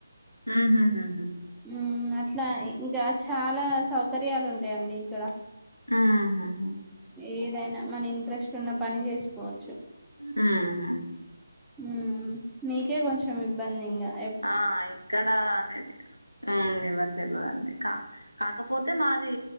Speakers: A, on the left (about 85°); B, in the centre.
A: ఊ ఉహుం
B: ఉ అట్లా ఇంకా చాలా సౌకర్యాలు ఉంటాయండి డ
A: ఊహుహు
B: ఏదైనా మన ఇంట్రెస్ట్ ఉన్న పని చేసుకోవచ్చు
A: హుమ్మ్
B: హుమ్మ్ మీకే కొంచెం ఇబ్బందింగా
A: ఆ ఇక్కడ అనేది హుమ్మ్ ఎవరి తెలిదండి కా కాకపోతే మాది